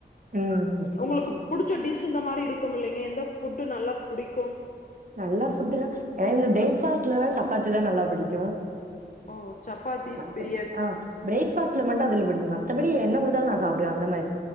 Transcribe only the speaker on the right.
ம். சரி,
சரி.
நல்ல ஃபுட்டு் தா ஏனா இந்த பிரேக்பாஸ்ட்லதா சப்பாத்தி தா நல்லா பிடிக்கு
<inaudible>
ஆ பிரேக் ஃபாஸ்ட்ல மட்டு அதுல புடிக்கு மத்தபடி என்ன குடுத்தாலு நா சப்டுவ அந்த மாரி